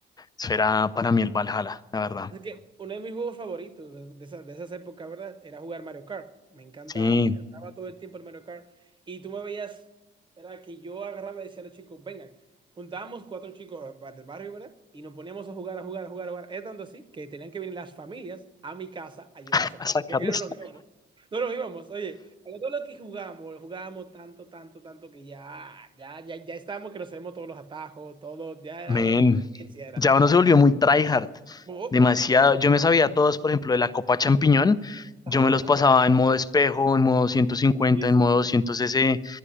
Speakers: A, on the left (about 20°); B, on the right (about 25°).
A: eso era para mí el Valhalla, la verdad.
B: es que uno de mis juegos favoritos es de esas, de esas épocas, ¿verdad? Era jugar Mario Kart. Me encanta,
A: Sí,
B: me encantaba todo el tiempo el Mario Kart. Y tú me veías, era que yo agarraba y decía a los chicos, vengan, juntábamos cuatro chicos pa- del barrio, ¿verdad? Y nos poníamos a jugar, a jugar, a jugar, a jugar. Es tanto así que tenían que venir las familias a mi casa a llevarse.
A: <laughs> a sacarlos.
B: Porque es que no nos íbamos. No nos íbamos, oye, pero todo lo que jugamos jugábamos tanto, tanto, tanto que ya, ya, ya, ya estábamos que nos sabemos todos los atajos, todo, ya era
A: Men,
B: una competencia, era.
A: ya uno se volvió muy tryhard.
B: Oh,
A: Demasiado.
B: oh,
A: Yo me sabía todos, por ejemplo, de la Copa Champiñón. Yo
B: ajá,
A: me los pasaba en modo espejo, en modo ciento cincuenta,
B: Sí,
A: en
B: sí,
A: modo
B: sí,
A: 200
B: sí,
A: cc.